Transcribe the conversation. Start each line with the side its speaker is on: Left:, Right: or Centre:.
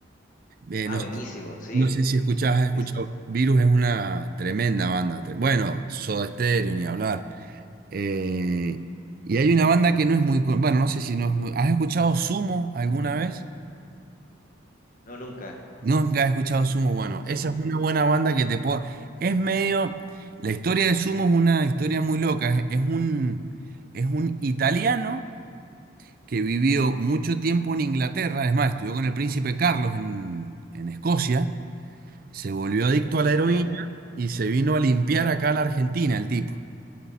Right: Eh,
Left: Ah,
Right: no,
Left: buenísimo,
Right: sé
Left: sí,
Right: no sé si escuchás, has escuchado.
Left: sí, sí.
Right: Virus es una tremenda banda. tre- Bueno, Soda Stereo, ni hablar. Eh, y hay una banda que no es muy. con- Bueno, no sé si no es muy. ¿Has escuchado Sumo alguna vez?
Left: No, nunca,
Right: ¿No? Nunca has escuchado Sumo. Bueno, esa
Left: Sumo,
Right: es una buena banda que te puedo. Es medio. La historia de Sumo es una historia muy loca. Es, es un, es un italiano que vivió mucho tiempo en Inglaterra. Es más, estudió con el príncipe Carlos en en Escocia. Se volvió adicto a la heroína
Left: ¿ya?
Right: y se vino a limpiar acá a la Argentina el tipo.